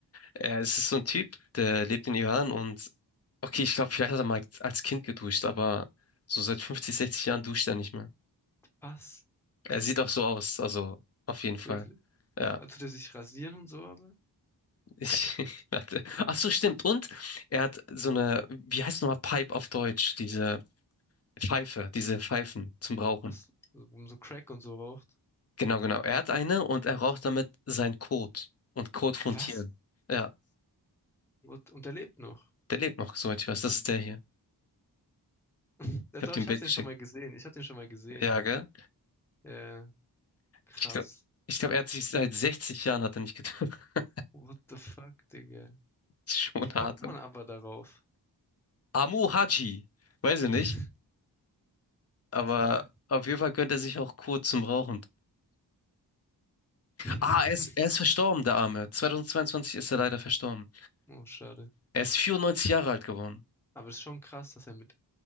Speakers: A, on the left (about 35°); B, in the centre.
A: Er, es ist so ein Typ, der lebt in Iran und okay, ich glaube, vielleicht hat er mal als Kind geduscht, aber so seit 50, 60 Jahren duscht er nicht mehr.
B: was?
A: Er sieht auch so aus, also auf jeden Fall.
B: Wirklich?
A: Ja,
B: Also, der sich rasieren und so, aber?
A: ich <laughs> hatte. Ach so, stimmt. Und er hat so eine, wie heißt nochmal Pipe auf Deutsch? Diese Pfeife, diese Pfeifen zum Rauchen.
B: Was? So, Um so Crack und so raucht.
A: Genau, genau. Er hat eine und er raucht damit seinen Kot und Kot von
B: Was?
A: Tieren. Ja.
B: Und, und er lebt noch.
A: Der lebt noch, soweit ich weiß. Das ist der hier.
B: <laughs> Ja,
A: Ich
B: doch,
A: habe dir
B: ich
A: ein Bild
B: hab den
A: geschickt.
B: schon mal gesehen. Ich hab den schon mal gesehen.
A: Ja, gell?
B: Ja, krass.
A: Ich glaube, ich glaub, er hat sich seit 60 Jahren hat er nicht getroffen. <laughs>
B: What the fuck, Digga?
A: Das ist schon
B: Wie kommt
A: hart.
B: man aber darauf?
A: Amu Haji. Weiß ich
B: <laughs>
A: nicht. Aber
B: Digga.
A: auf jeden Fall gönnt er sich auch kurz zum Rauchen.
B: <laughs>
A: Ah, er ist, er ist verstorben, der Arme. 2022 ist er leider verstorben.
B: Oh, schade.
A: Er ist 94 Jahre alt geworden.
B: Aber es ist schon krass, dass er mit